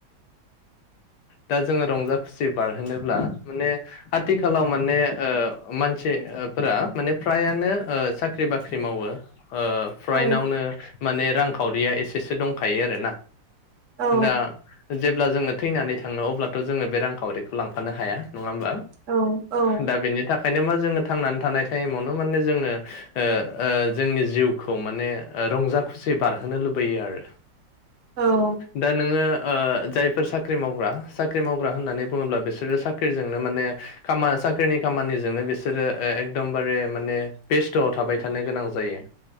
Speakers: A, on the left; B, on the right.
A: दा जोङो रंजा खुसि बारहोनोब्ला माने आथिखालाव माने ओ मानसि ओ फोरा माने फ्रायानो ओ साख्रि बाख्रि मावो। ओ फ्रायनावनो
B: औ
A: माने रांखावरिया एसेसो दंखायो आरो ना
B: औ
A: दा जेब्ला जोङो थैनानै थांङो अब्लाथ जोङो बे रांखावरिखौ लांफानो हाया नङा होबा
B: औ औ
A: दा बेनि थाख ओंखायनो मा जोङो थांनानै थानाय टाइमावनो माने जोङो ओ ओ जोंनि जिउखौ माने ओ रंजा खुसि बारहोनो लुबैयो आरो
B: औ
A: दा नोङो ओ जायफोर साख साख्रि मावग्रा साख्रि मावग्रा होननानै बुङोब्ला बिसोरो साख्रिजोंनो माने खाम साख्रिनि खामानिजोंनो बिसोरो एकदमबारे माने बेस्थआव थाबाय थानो गोनां जायो